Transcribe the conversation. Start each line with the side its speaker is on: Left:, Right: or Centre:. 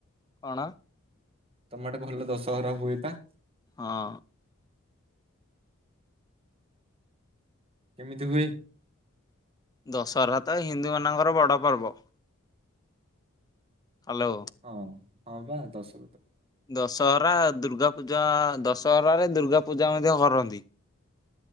Left: କଣ?
Right: ତମେ ଆଡେ ଭଲ ଦଶହରା ହୁଏ ବା।
Left: ହଁ।
Right: କେମିତି ହୁଏ?
Left: ଦଶହରା ତ ହିନ୍ଦୁମାନଙ୍କର ବଡ ପର୍ବ। ହ୍ୟାଲୋ।
Right: ହଁ ହଁ ବା ଦଶ
Left: ଦଶହରା ଦୁର୍ଗା ପୂଜା ଦଶହରା ରେ ଦୁର୍ଗା ପୂଜା ମଧ୍ୟ କରନ୍ତି।